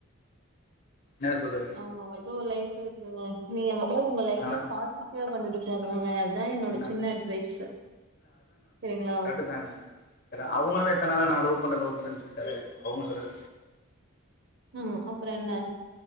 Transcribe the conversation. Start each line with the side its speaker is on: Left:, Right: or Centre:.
Left: என்ன சொல்றது
Right: அவுங்கவுங்களுக்குன் ஒரு லைஃப் இருக்குங்க நீங்க வந்து உங்க லைஃப
Left: ஆனா
Right: பாசிட்டிவா கொண்டுட்டு போங்கங்க இதா என்னோட
Left: என்ன
Right: சின்ன அட்வைஸ்சு சரிங்ளா
Left: இதாங்க <inaudible> அவுங்களு எத்த நாளா நா லவ் பண்றே லவ் பண்றே சொல்லிட்டு அலையிற அவுங்க சொல்லல
Right: ம் அப்றோ என்ன